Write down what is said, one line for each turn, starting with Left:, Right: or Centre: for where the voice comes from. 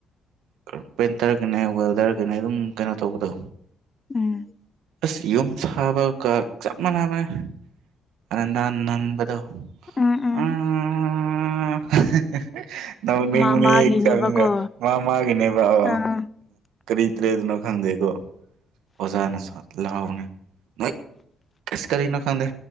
Right: ꯀꯔꯄꯦꯟꯇꯔꯒꯅꯦ ꯋꯦꯜꯗꯔꯒꯅꯦ ꯑꯗꯨꯝ ꯀꯩꯅꯣ ꯇꯧꯕꯗꯣ
Left: ꯎꯝ
Right: ꯑꯁ ꯌꯨꯝ ꯁꯥꯕꯀ ꯆꯞ ꯃꯥꯟꯅꯕꯅꯦ ꯑꯅꯥꯟ ꯅꯥꯟꯕꯗꯣ
Left: ꯎꯝ ꯎꯝ
Right: <unintelligible> ꯅꯣꯛꯅꯤꯡꯕꯅꯦ
Left: ꯃꯥ ꯃꯥꯒꯤꯅꯦꯕꯀꯣ
Right: ꯍꯦꯛ ꯆꯪꯉꯒ ꯃꯥ ꯃꯥꯒꯤꯅꯦꯕ ꯑꯣ
Left: ꯑꯥ
Right: ꯀꯔꯤ ꯇ꯭ꯔꯦꯗꯅꯣ ꯈꯪꯗꯦꯒꯣ ꯑꯣꯖꯥꯅ ꯁ ꯂꯥꯎꯕꯅꯦ ꯅꯣꯏ ꯀꯁ ꯀꯔꯤꯅꯣ ꯈꯪꯗꯦ